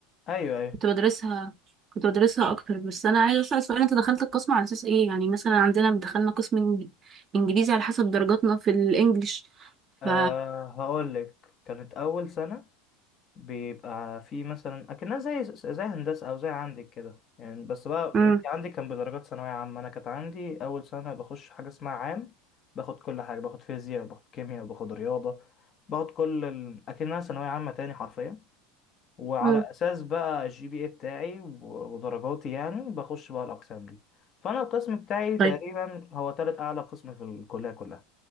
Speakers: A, on the left; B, on the right.
A: أيوه أيوه
B: كنت بدرسها كنت بدرسها اكتر بس انا عايزه اسال سؤال انت دخلت القسم على اساس ايه يعني مثلا عندنا دخلنا قسم إنج- انجليزي على حسب درجاتنا في الانجليش
A: أه
B: ف
A: هقول لك كانت أول سنة بيبقى في مثلا أكنها زي زي هندسة أو زي عندك كده يعني بس بقى
B: امم
A: أنت عندك كان بدرجات ثانوية عامة أنا كانت عندي أول سنة بخش حاجة اسمها عام باخد كل حاجة باخد فيزياء باخد كيمياء باخد رياضة باخد كل ال... أكنها ثانوية عامة تاني حرفيا وعلى
B: امم
A: أساس بقى الجي بي إيه بتاعي و- ودرجاتي يعني بخش بقى الأقسام دي فأنا القسم بتاعي تقريبا
B: طيب
A: هو تالت أعلى قسم في الكلية كلها